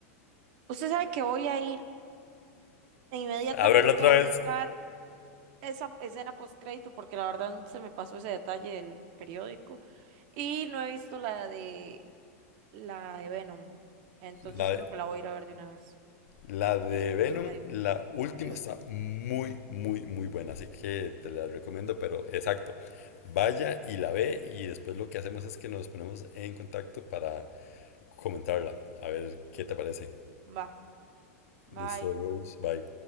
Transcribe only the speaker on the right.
usted sabe que voy a ir inmediatamente
a buscar
esa escena post crédito porque la verdad se me pasó ese detalle del periódico y no he visto la de la de Venom. Entonces
creo que la voy a ir a ver de una vez.
Yo se
me hizo medio,
medio-
Va, bye.